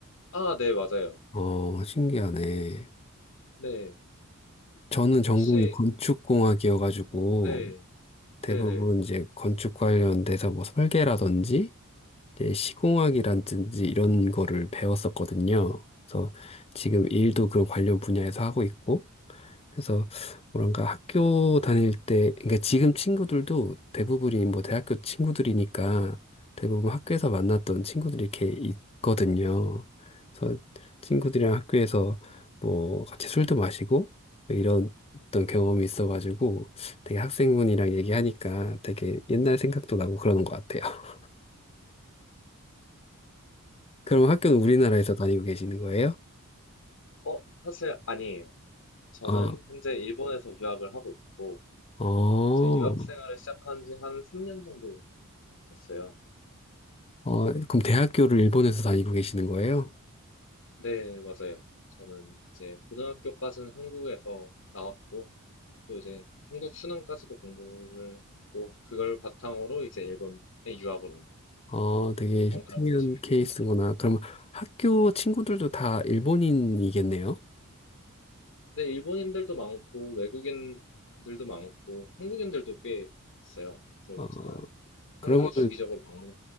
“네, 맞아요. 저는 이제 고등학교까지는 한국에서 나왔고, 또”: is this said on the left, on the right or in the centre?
Left